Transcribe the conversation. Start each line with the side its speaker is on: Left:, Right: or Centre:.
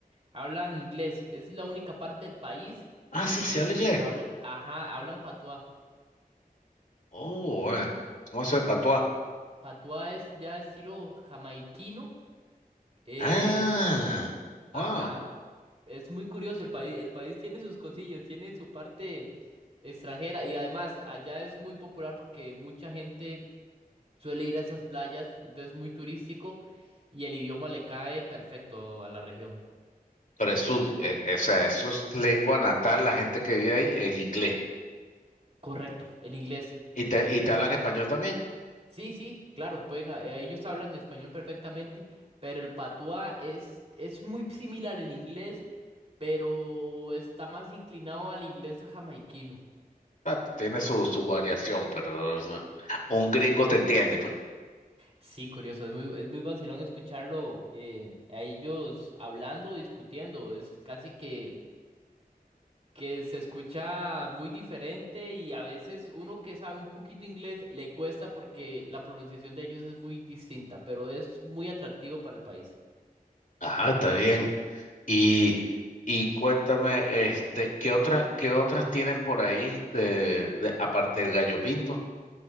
Right: Hablan inglés. Es la única parte del país
Left: Ah,
Right: de
Left: sí,
Right: que
Left: se
Right: ellos
Left: habla inglés.
Right: hablan, ajá, hablan patuá.
Left: Oh, bueno. ¿Cómo eso de patuá?
Right: Patuá es ya estilo jamaiquino. eh,
Left: Ah,
Right: ajá,
Left: wow.
Right: es muy curioso. El país, el país tiene sus cosillas, tiene su parte extranjera y además allá es muy popular porque mucha gente suele ir a esas playas, entonces es muy turístico y el idioma le cae perfecto a la región.
Left: Pero es su, eh, o sea, eso es lengua natal, la gente que vive ahí, el inglés.
Right: Correcto, el inglés.
Left: ¿Y te, y te hablan español también?
Right: Sí, sí, claro, pueden, a- eh, ellos hablan español perfectamente, pero el patuá es, es muy similar en inglés, pero está más inclinado al inglés jamaiquino.
Left: Ah, tiene su, su variación, pero o sea, un gringo te entiende, pues.
Right: Sí, curioso, es muy, es muy vacilón escucharlo eh, a ellos hablando, discutiendo, es casi que, que se escucha muy diferente y a veces uno que sabe un poquito inglés le cuesta porque la pronunciación de ellos es muy distinta, pero es muy atractivo para el país.
Left: Ajá, está bien. Y, y cuéntame, este, ¿qué otras, qué otras tienen por ahí de, de- aparte del gallo pinto?